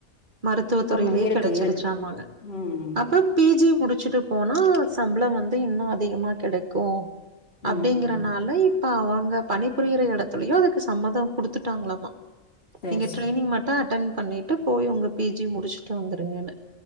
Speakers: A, on the right; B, on the left.
A: மருத்துவ துறையிலேயே
B: ஆமா இருக்கு
A: கெடைச்சிருச்சாமாங்க
B: இருக்கு ம்
A: அப்ப பி ஜி முடிச்சுட்டு போனா சம்பளோ வந்து இன்னு அதிகமா கெடைக்கு அப்டிங்கிறனால
B: ம்
A: இப் ப அவங்க பணிபுரியிற இடத்துலயு அதுக்கு சம்மதோ குடுத்துட்டாங்களாமா
B: சேர்
A: நீங்க
B: சேர்
A: ட்ரெய்னிங் மட் அட்டன் பண்ணிட்டு போயி உங்க பி ஜி முடிச்சுட்டு வந்துருங்கென்னு